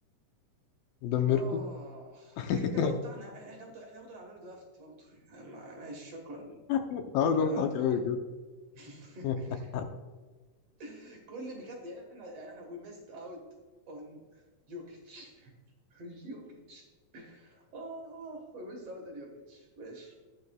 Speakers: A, on the left (about 75°); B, on the right (about 55°).
A: مدمركم
B: اه الفكره
A: <laughs>
B: ان هو بتاعنا احنا برضه احنا برضه عاملين درافت برضه يعني ما- ماشي شكرا
A: النهارده
B: شكرا
A: مضحك
B: يا راندل
A: أوي بجد
B: <laughs>
A: <laughs>
B: <applause> كل بجد يعني احنا يعني احنا وي ميست اوت اون يوكيتش <applause> يوكيتش <laughs> اه وي ميست اوت اون يوكيتش ماشي